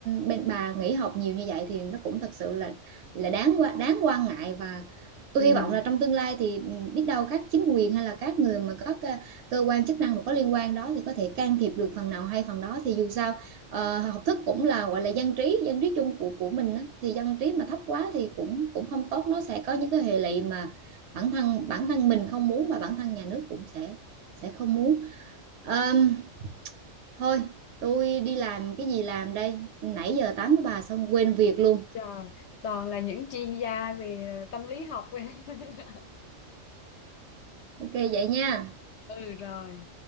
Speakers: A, on the right (about 65°); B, on the left (about 65°).
A: bên bà nghỉ học nhiều như vậy thì nó cũng thật sự là là đáng qua đáng quan ngại và tôi
B: ừ
A: hy vọng là trong tương lai thì ừ, biết đâu các chính quyền hay là các người mà có cơ, cơ quan chức năng mà có liên quan đó thì có thể can thiệp được phần nào hay phần đó thì dù sao ờ, học thức cũng là gọi là dân trí dân trí chung của của mình á. thì dân trí mà thấp quá thì cũng cũng không tốt nó sẽ có những cái hệ lụy mà bản thân bản thân mình không muốn và bản thân nhà nước cũng sẽ sẽ không muốn Ờm, thôi tôi đi làm cái gì làm đây nãy giờ tám của bà xong quên việc luôn
B: trời toàn là những chuyên gia về tâm lý học <laughs>
A: ok vậy nha
B: ừ rồi